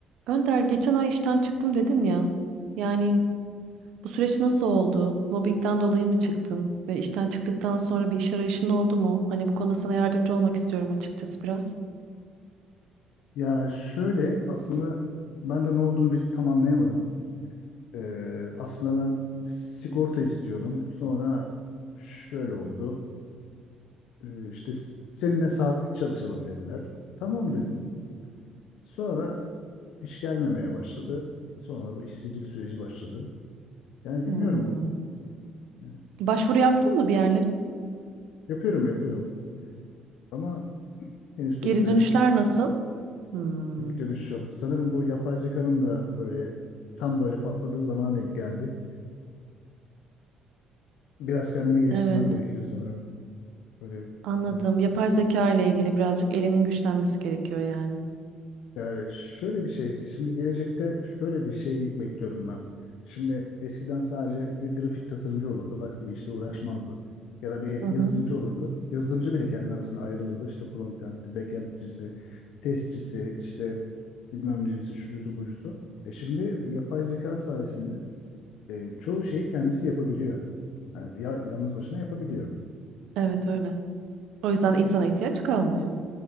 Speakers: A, on the right; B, on the left.
A: Önder geçen ay işten çıktım dedin ya. Yani bu süreç nasıl oldu? Mobbingden dolayı mı çıktın? Ve işten çıktıktan sonra bir iş arayışın oldu mu? Hani bu konuda sana yardımcı olmak istiyorum açıkçası biraz.
B: Ya şöyle aslında ben de ne olduğunu bil- tam anlayamadım. Ee, aslında ben sigorta istiyordum. Sonra şöyle oldu. Ee, işte s- seninle saatlik çalışalım dediler. Tamam dedim. Sonra iş gelmemeye başladı. Sonra da bu işsizlik süreci başladı. Yani bilmiyorum.
A: Hmm.
B: Ee,
A: Başvuru yaptın mı bir yerlere?
B: Yapıyorum yapıyorum. Ama henüz pek
A: Geri
B: dönüş
A: dönüşler
B: yok.
A: nasıl? Hmm.
B: Pek dönüş yok. Sanırım bu yapay zekanın da böyle tam böyle patladığı zamana denk geldi. biraz kendimi geliştirmem
A: Evet,
B: gerekiyor sanırım. Böyle
A: anladım.
B: e,
A: Yapay zeka ile ilgili birazcık elinin güçlenmesi gerekiyor yani.
B: ya şöyle bir şey. Şimdi gelecekte şöyle bir şey bekliyorum ben. Şimdi eskiden sadece bir grafik tasarımcı olurdu. Başka bir işle uğraşmazdı. Ya da bir
A: Hı
B: yazılımcı
A: hı.
B: olurdu. Yazılımcı bile kendi arasında ayrılırdı. İşte frontend'ci, backend'cisi, testçisi, işte bilmem neresi, şucusu, bucusu. E şimdi yapay zeka sayesinde e, çoğu şeyi kendisi yapabiliyor. Yani ya, yalnız başına yapabiliyor.
A: Evet öyle. O yüzden insana ihtiyaç kalmıyor.